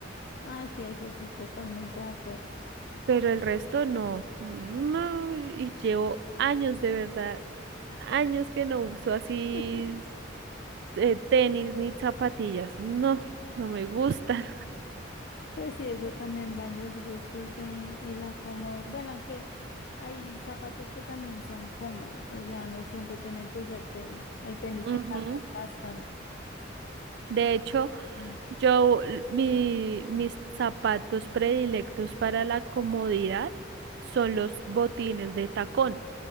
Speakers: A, on the left; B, on the right.
A: Ah, sí, eso sí, totalmente de acuerdo.
B: pero el resto no, no, y llevo años de verdad, años que no uso así
A: <laughs>
B: eh, tenis ni zapatillas, no, no me gustan.
A: Pues sí, eso también van los gustos de y la comodidad. Bueno, aunque hay zapatos que también son cómodos, o sea, no siempre tienen que ser tenis. Hay tenis
B: <laughs>
A: que
B: Ujú.
A: cansan bastante.
B: De hecho,
A: O sea,
B: yo, l- mi- mis zapatos predilectos para la comodidad son los botines de tacón.